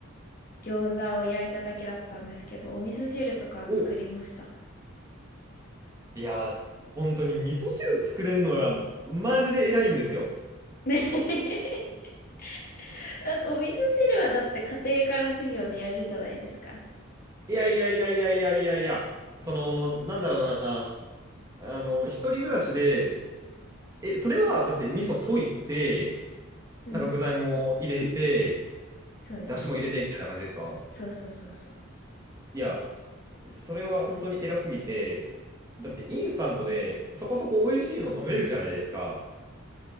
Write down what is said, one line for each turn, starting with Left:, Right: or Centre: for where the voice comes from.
Left: 餃子を焼いただけだったんですけど、お味噌汁とか作りました。
Right: お、いや、本当に味噌汁作れるのはマジで偉いんですよ。
Left: ね <laughs> だって <laughs> お味噌汁はだって家庭科の授業でやるじゃないですか。
Right: いやいやいやいやいやいやいや、その、なんだろうな、あの、一人暮らしで、え、それは、だって味噌溶いて、
Left: うん、
Right: なんか具材も入れて、
Left: そうです。
Right: だしも入れてみたいな感じですか
Left: そうそうそうそう。
Right: いや、それは本当に偉すぎて、だってインスタントでそこそこ美味しいの飲めるじゃないですか。